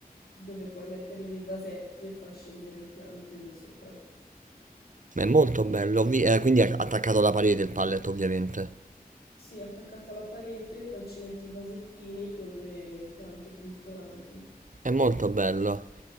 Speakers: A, on the left; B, on the right.
A: dove puoi mettere dei vasetti e far scendere le piante da sopra.
B: Ma è molto bello, vi- eh, quindi è attaccato alla parete il pallet, ovviamente.
A: Sì, attaccato alla parete, poi ci metti i vasettini con le piante penzolanti.
B: È molto bello.